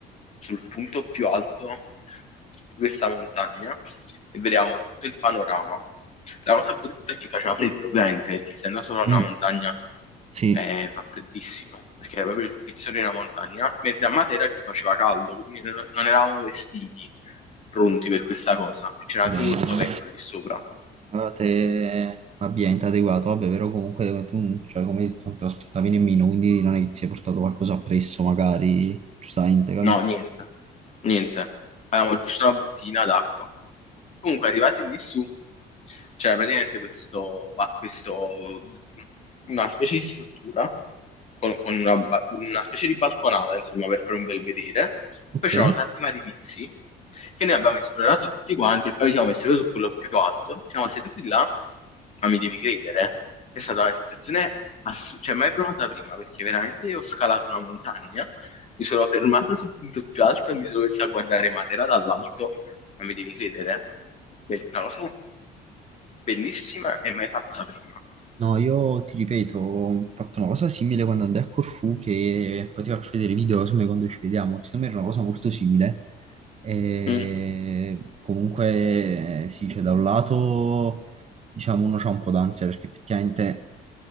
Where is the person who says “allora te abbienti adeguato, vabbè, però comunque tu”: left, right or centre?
Right